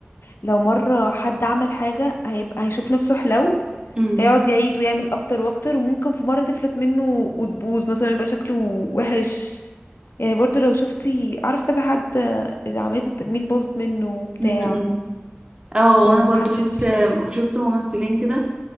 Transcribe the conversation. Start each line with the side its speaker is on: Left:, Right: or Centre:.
Left: لو مرة حد عمل حاجة هيبقى هيشوف نفسه حلو
Right: امم
Left: هيقعد يعيد ويعمل اكتر واكتر وممكن في مرة تفلت منه وتبوظ مثلا يبقى شكله وحش يعني برضو لو شفتي اعرف كذا حد اللي عملية التجميل باظت منه وبتاع
Right: امم اه وانا
Left: وما
Right: برضو
Left: حسنش
Right: شفت
Left: شكله
Right: شفت ممثلين كده